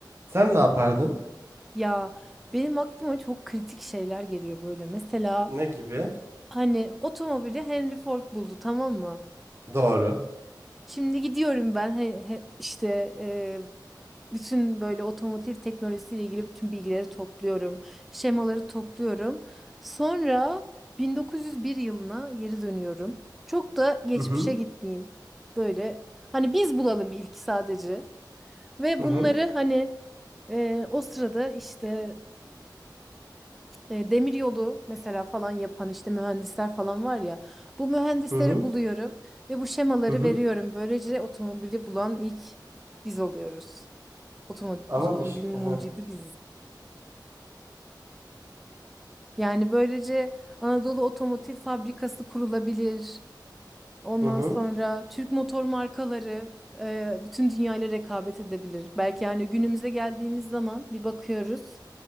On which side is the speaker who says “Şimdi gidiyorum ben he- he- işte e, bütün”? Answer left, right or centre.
Centre